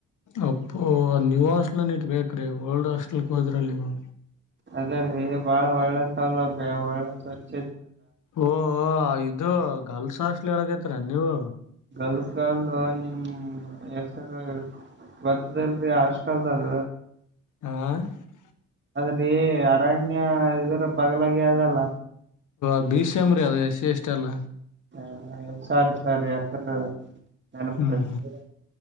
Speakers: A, on the left; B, on the right.
A: ಅಪ್ಪೋ ನೀವು ಹಾಸ್ಟಲನ್ ಇಟ್ಬೇಕುರೀ ಓಲ್ಡ್ ಹಾಸ್ಟೆಲ್ಗೆ ಹೋದ್ರಲ್ಲಿ ನೀವು
B: ಅದೇ ರೀ ಬಾಳ್ ಒಳ್ಳೆ ಸೌಲಭ್ಯ ಒಳ್ಳೆ ಸ್ವಚ್ಛ
A: ಓಹೋ ಇದು ಗರ್ಲ್ಸ್ ಹಾಸ್ಟೆಲ್ ಹೇಳಕತೀರಾ ನೀವು
B: ಗಲ್ಸ್ ಅಲ್ಲಾ <unintelligible> ಬರ್ತದಲ್ರರಿ ಹಾಸ್ಟೆಲ್ದಾಗ
A: ಹಾ
B: ಅದ್ರೀ ಅರಣ್ಯ ಇದ್ರ ಬಗ್ಲಾಗಿ ಅದಲ್ಲ
A: <unintelligible> ಅದು ಎಸ್ ಸಿ ಎಸ್ ಟಿ ಅಲ್ಲ
B: ಹಾ ಸಾರೀ ಸಾರೀ ಹೆಸರು <inaudible> ನೇಪಾಯ್ತು
A: ಹ್ಮ್